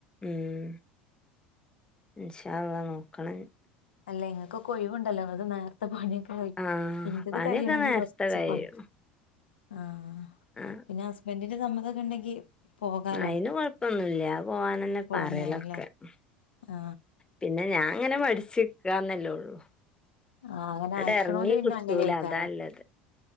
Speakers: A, on the left; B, on the left.
A: ഉം ഇന്ഷാ അല്ലാഹ് നോക്കണം ഞ്
B: അല്ല ഇങ്ങൾക്ക് ഒക്കെ ഒ ഴിവുണ്ടല്ലോ അത് നേ ര്ത്തെ പണിയൊക്കെ കഴി,
A: ആഹ്
B: ന്റെത്
A: പണിയൊക്കെ
B: കഴിയണെങ്കിൽ
A: നേരത്തെ
B: കൊറച്ച്
A: കഴിയും
B: പണി ആഹ്
A: ആഹ്
B: പിന്നെ ഹസ്ബൻറിന്റെ സമ്മതൊക്കെ ഉണ്ടെങ്കി പോകാലോ
A: അയിന് കൊഴപ്പൊന്നുല്ല അത് പോവാനന്നെ
B: പോകുന്നതിനല്ലേ
A: പറയലൊക്കെ പി
B: ആ
A: പിന്നെ ഞാൻ ഇങ്ങനെ മടിച്ച് ക്കന്നല്ലേ ഉള്ളൂ
B: ആഹ് അങ്ങനെ
A: ഇങ്ങട്
B: അയക്കണോലു
A: എറങ്ങി
B: പിന്നെ
A: കിട്ടൂല
B: അങ്ങനെയിക്കാരം
A: അതാല്ലത്